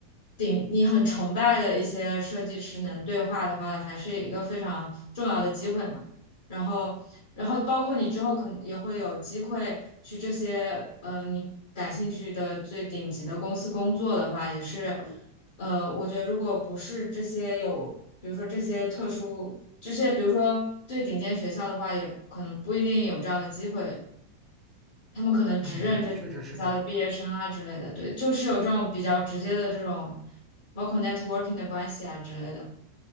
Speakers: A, on the left; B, on the right.
A: 顶你很崇拜的一些设计师能对话的话，还是一个非常重要的机会嘛。然后，然后包括你之后可能也会有机会去这些呃你感兴趣的最顶级的公司工作的话，也是呃，我觉得如果不是这些有，比如说这些特殊这些，比如说最顶尖学校的话，也可能不一定有这样的机会，他们可能只认这几个学校的毕业生啊之类的，
B: 嗯，对，确实是这样的。
A: 对，就是有这种比较直接的这种，包括 networking 的关系啊之类的。